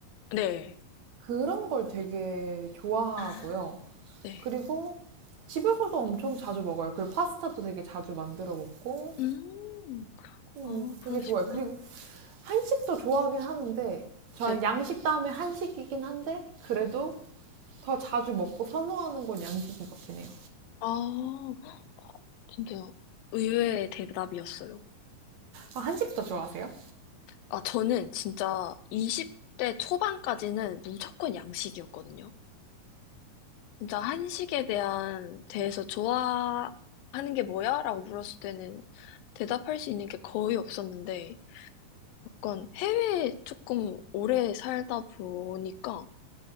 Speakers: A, on the left; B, on the right.
A: 네.
B: 그런 걸 되게 좋아하고요.
A: 아, 네.
B: 그리고 집에서도 엄청 자주 먹어요. 그리고 파스타도 되게 자주 만들어 먹고
A: 음,
B: 음,
A: 아, 그러시구나.
B: 되게 좋아요. 그리고 한식도 좋아하긴 하는데 저는
A: 네.
B: 양식 다음에 한식이긴 한데 그래도 더 자주 먹고 선호하는 건 양식인 것 같긴 해요.
A: 아, 진짜 의외의 대답이었어요.
B: 아, 한식도 좋아하세요?
A: 아, 저는 진짜 20대 초반까지는 무조건 양식이었거든요. 진짜 한식에 대한, 대해서 좋아하는 게 뭐야? 라고 물었을 때는 대답할 수 있는 게 거의 없었는데, 약간 해외에 조금 오래 살다 보니까